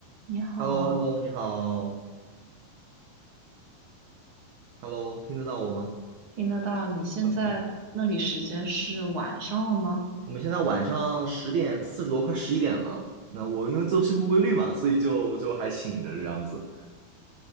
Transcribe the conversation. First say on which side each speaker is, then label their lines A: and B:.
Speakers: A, on the right; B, on the right.
A: 你好，
B: h e l l o h e l l o 你好，Hello，听得到我吗
A: 听得到？你现在那里时间是晚上了吗？
B: ？OK，我们现在晚上十点四十多，快十一点了。那我因为作息不规律嘛，所以就就还醒着这样子。